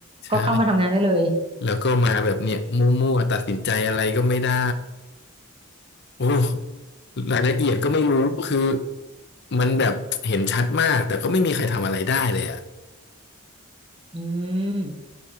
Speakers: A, on the left; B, on the right.
A: ใช่
B: ก็เข้ามาทำงานได้เลย
A: แล้วก็มาแบบเนี้ยมั่วๆตัดสินใจอะไรก็ไม่ได้โอ้รายละเอียดก็ไม่รู้คือมันแบบเห็นชัดมากแต่ก็ไม่มีใครทำอะไรได้เลยอะ
B: อืม